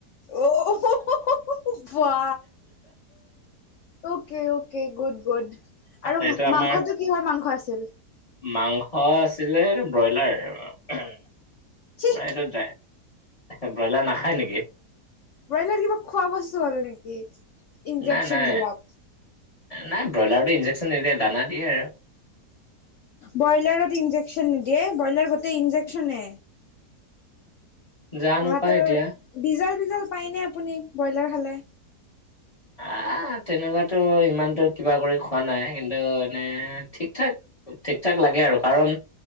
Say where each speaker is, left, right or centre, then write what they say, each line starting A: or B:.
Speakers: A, on the left (about 70°); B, on the left (about 30°).
A: অ হ হ হ বা অকে অকে গুড গুড আৰু
B: এইটো আমাৰ
A: মাংসটো কিহৰ মাংস আছিল?
B: মাংস আছিলে ব্ৰইলাৰ, উমহ।
A: চি!
B: সেটো ডাই, ব্ৰইলাৰ নাখায় নেকি?
A: ব্ৰইলাৰ কিবা খোৱা বস্তু হ'ল নেকি? ইনজেকচন
B: নাই নাই,
A: বিলাক
B: নাই ব্ৰইলাৰটো ইন্জেকচন নিদিয়ে দানা দিয়ে।
A: ব্ৰইলাৰত ইঞ্জেকশ্যন নিদিয়ে ব্ৰইলাৰ গোটেই ইঞ্জেকশ্যনে।
B: জানো
A: তাহাঁতৰ
B: পাই এতিয়া
A: বিজল বিজল পাইনে আপুনি ব্ৰইলাৰ খালে?
B: আহ তেনেকুৱাতো ইমানতো কিবা কৰি খোৱা নাই কিন্তু এনে ঠিক ঠাক। ঠিক ঠাক লাগে আৰু কাৰণ